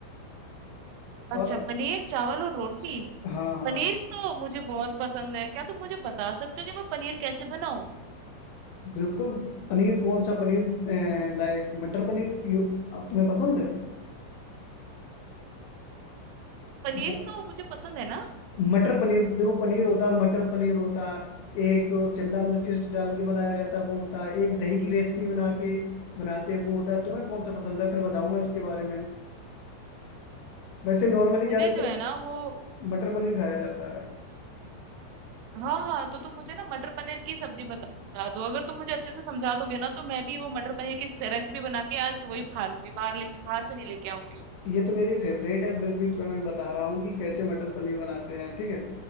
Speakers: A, on the right; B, on the left.
A: अच्छा
B: और
A: पनीर चावल और रोटी
B: हाँ
A: पनीर
B: हाँ
A: तो मुझे बहुत पसंद है क्या तुम मुझे बता सकते हो कि मैं पनीर कैसे बनाऊं
B: बिल्कुल पनीर कौन सा पनीर लाइक मटर पनीर यू आप- तुम्हें पसंद है
A: पनीर
B: म-
A: तो मुझे पसंद है ना
B: मटर पनीर देखो पनीर होता है, मटर पनीर होता है, एक शिमला मिर्च डाल के बनाया जाता है, वो होता है, एक दही की रेसिपी बना के बनाते हैं, वो होता है। तुम्हें कौन सा पसंद है फिर बताऊँ मैं उसके बारे में वैसे नॉर्मली ज्यादातर
A: मुझे जो है ना वो
B: मटर पनीर खाया जाता है
A: हाँ हाँ तो तुम मुझे ना मटर पनीर की सब्जी बता दो अगर तुम मुझे अच्छे से समझा दोगे ना तो मैं भी वो मटर पनीर की रेसिपी बना के आज वही खा लूंगी बाहर ले बाहर से नहीं लेके आऊंगी
B: ये तो मेरी फेवरेट है फिर भी तुम्हें मैं बता रहा हूँ कि कैसे मटर पनीर बनाते हैं ठीक है